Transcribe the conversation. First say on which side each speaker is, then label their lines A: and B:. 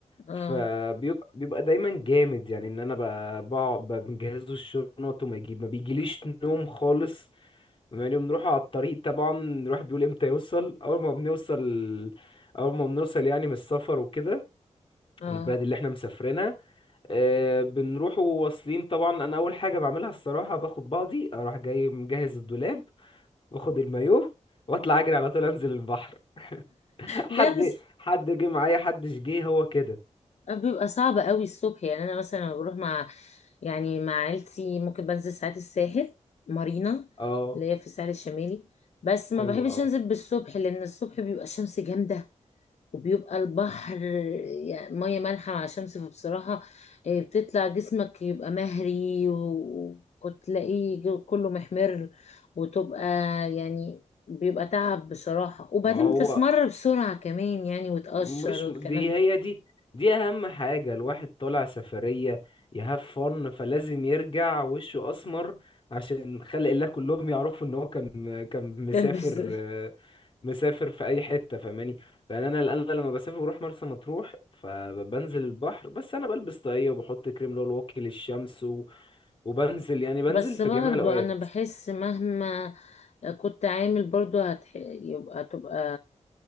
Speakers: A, on the left (about 60°); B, on the left (about 40°).
A: اه
B: فبيبقى بيبقى دايما جامد يعني ان انا ب- بقعد ب- بنجهزه الشنط وما يجيب ما بيجيليش نوم خالص بما اني بنروح على الطريق طبعا الواحد بيقول امتى يوصل اول ما بنوصل اول ما بنوصل يعني من السفر وكده
A: اه
B: البلد اللي احنا مسافرينها آه، بنروح وواصلين طبعا انا اول حاجه بعملها الصراحه باخد بعضي اروح جاي مجهز الدولاب واخد المايوه واطلع اجري على طول انزل البحر <laughs>
A: لا
B: حد
A: بس
B: حد جه معايا حدش جه هو كده
A: بيبقى صعب قوي الصبح يعني انا مثلا لما بروح مع يعني مع عيلتي ممكن بنزل ساعات الساحل مارينا
B: اه
A: اللي هي في الساحل الشمالي بس ما
B: حلو
A: بحبش
B: اه
A: انزل بالصبح لان الصبح بيبقى الشمس جامدة وبيبقى البحر يعني مية مالحة مع شمس فبصراحة إيه، بتطلع جسمك يبقى مهري و- وتلاقيه جو- كله محمر وتبقى يعني بيبقى تعب بصراحة وبعدين
B: ما هو
A: بتسمر بسرعة كمان يعني وتقشر
B: مش
A: والكلام
B: دي
A: ده
B: هي دي دي اهم حاجة الواحد طالع سفرية يهاف فن فلازم يرجع وشه اسمر عشان خلق الله كلهم يعرفوا ان هو كان كان مسافر
A: كان بس <laughs>
B: آه، مسافر في اي حتة فاهماني يعني انا انا لما بسافر بروح مرسى مطروح فبنزل البحر بس انا بلبس طاقية وبحط كريم اللي هو الواقي للشمس و... وبنزل يعني بنزل
A: بس
B: في
A: برضو
B: جميع الاوقات
A: أنا بحس مهما كنت عامل برضو هتح... يبقى تبقى